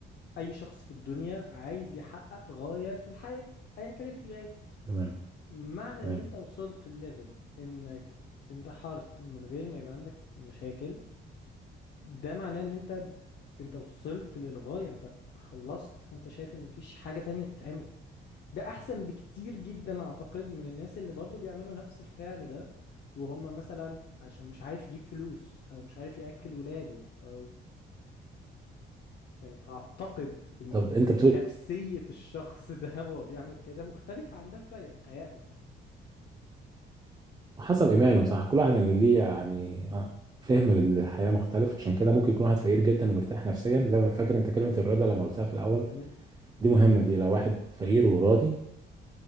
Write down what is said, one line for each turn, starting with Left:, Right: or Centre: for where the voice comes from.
Left: اي شخص في الدنيا عايز يحقق غاية في الحياة ايا كانت هي ايه
Right: تمام
Left: معنى
Right: تمام
Left: ان انت وصلت الليفل انك انتحرت من غير ما يبقى عندك مشاكل ده معناه ان انت انت وصلت للغاية انت خلصت فانت شايف ان مفيش حاجة تانية تتعمل ده احسن بكتير جدا اعتقد من الناس اللي برضو بيعملوا نفس الفعل ده وهم مثلا عشان مش عارف يجيب فلوس او مش عارف ياكل ولاده او يعني اعتقد ان
Right: طب أنت بتقول
Left: نفسية الشخص ده <laughs> وهو بيعمل كده مختلفة عن ده شوية متهيألي
Right: حسب إيمانه صح كل واحد يعني ليه يعني آه، فهم للحياة مختلف عشان كده
Left: أه.
Right: ممكن يكون واحد فقير جدا ومرتاح نفسيا زي ما فاكر أنت كلمة الرضا لما قلتها في الأول
Left: أمم،
Right: دي مهمة دي لو واحد فقير وراضي